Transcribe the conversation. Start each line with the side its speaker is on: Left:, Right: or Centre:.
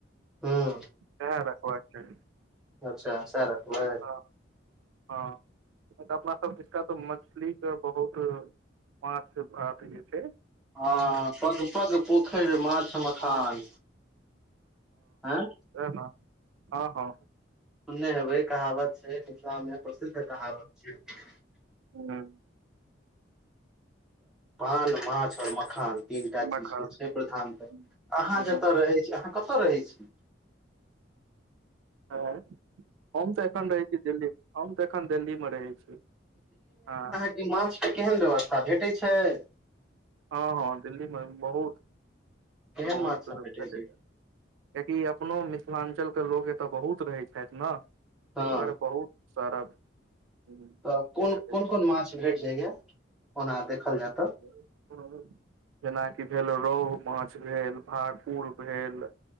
Centre: हुं।
Right: सेह रखबाक चाही।
Centre: अच्छा सेह रखबय।
Right: हँ। मतलब अपना सब दिसका त मछलीके बहुत माछ भात जे छैय
Centre: हँ पग- पग पोखैर माछ मखान।
Right: हँ
Centre: उं।
Right: छैय न, हँ-हँ।
Centre: सुनने हेबै कहावत छैय मिथिलामे प्रसिद्ध कहावत छैय।
Right: हँ।
Centre: पान, माछ आ मखान तीनटा
Right: मखा
Centre: चीजके छैय प्रधानता।
Right: हँ।
Centre: अहाँ जतऽ रहै छी, अहाँ कतऽ रहै छी।
Right: एँ। हम त एखन रहै छी दिल्ली हम त एखन दिल्लीमे रहै छी हँ।
Centre: इ माछ के केहन व्यवस्था भेटै छैय।
Right: हँ दिल्लीमे बहुत-बहुत
Centre: केहन माछ
Right: तरहके
Centre: सब भेटै छै
Right: किएकि अपनो मिथिलाञ्चलके लोक एतऽ बहुत रहै छथै न।
Centre: हँ
Right: ए दुआरे बहुत सारा हम्म,
Centre: तऽ कोन-कोन-कोन
Right: भेटैए।
Centre: माछ भेट जाए यै ओना देखल जाए तै
Right: हेडफोन जेना कि भेल रोह माछ भेल, भाकुर भेल।